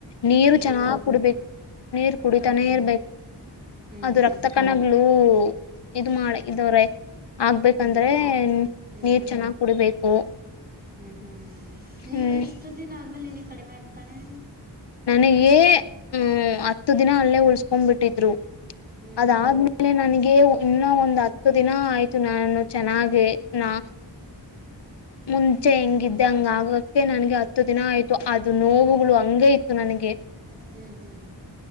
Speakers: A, on the left; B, on the right.
A: ನೀರು
B: ಹ್ಮ್
A: ಚೆನ್ನಾಗ್ ಕುಡ್ಬೇಕು ನೀರು ಕುಡಿತಾನೆ ಇರ್ಬೇಕು
B: ಹ್ಮ್
A: ಅದು
B: ಹ್ಮ್
A: ರಕ್ತ ಕಣಗಳು ಇದು ಮಾಡ ಇದವ್ರೆ ಆಗ್ಬೇಕಂದ್ರೆ
B: ಹ್ಮ್ ಹ್ಮ್
A: ನೀರ್ ಚೆನ್ನಾಗ್ ಕುಡಿಬೇಕು
B: ಹ್ಮ್ ಹ್ಮ್ ನೀ
A: ಹ್ಮ್
B: ಎಷ್ಟು ದಿನ ಆದ್ಮೇಲೆ ನೀನಗ ಕಡಿಮೆ ಆಯಿತ ಕಣೆ
A: ನನಗೇ ಹಂ ಹತ್ತು ದಿನ ಅಲ್ಲೇ ಉಳ್ಸ್ಕೊಂಡ್ ಬಿಟ್ಟಿದ್ರು
B: ಹ್ಮ್
A: ಅದಾದ್ಮೇಲೆ ಆಲೆ ನನಗೆ ಇನ್ನ ಒಂದ್ ಹತ್ತು ದಿನ ಆಯ್ತು ನಾನು ಚೆನ್ನಾಗಿ ನಾ ಮುಂಚೆ ಹೆಂಗಿದ್ದೆ ಹಂಗ ಆಗಕ್ಕೆ ನನ್ಗೆ ಹತ್ತು ದಿನ ಆಯ್ತು ಅದು ನೋವುಗಳು ಹಂಗೆ ಇತ್ತು ನನಗೆ
B: ಹ್ಮ್ ಹ್ಮ್